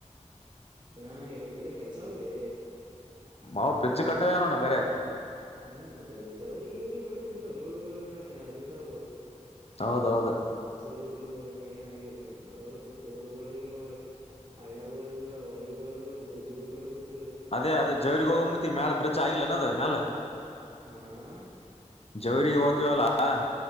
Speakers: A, on the right (about 35°); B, on the left (about 55°).
A: ಏನ ಎಳವ ಕಲ್ಲ ಕೆಲಸ ಆ ಅವಳ <inaudible>
B: ಮಾವು್ ಬ್ರಿಡ್ಜ್ ಕಟ್ಟದನಣ ಬರ <inaudible>
A: ಹ್ಮ್ ಚ ಜವ್ರ ಇವ್ರಿಗೆ ನೋಡಿದ್ರ ರೋಡ್ಗಳು ನೋಟ ಅದಾವ <inaudible>
B: ಹೌದೌದು <inaudible>
A: ಚೌರಿ ಬಲಿ ಹೋಗಲ್ಲನ ಏನ ಆಗ್ಯಲ್ಲ ನಡವರಕ ಪೋಲ್ಗಳಗಾವಟ್ <inaudible> ಹಳ್ಳಗಳೊಳಗೆ ಹೊಳಿಗಳೊಳಗೆ ಬ್ರಿಜ್ಗಳು ಕಟ್ಬೇಕು
B: ಅದೇ ಅದೇ ಜವರಿಗ್ ಹೋಗಂಬತ್ತ ಮ್ಯಾಲ ಬ್ರಿಜ್ ಆಗಿಲ್ಲ ಅನದ್ ಮ್ಯಾಲ <inaudible>
A: ಹಾ <inaudible>
B: ಜವರಿಗೆ ಓ್ತವಲ್ಲಾ <inaudible>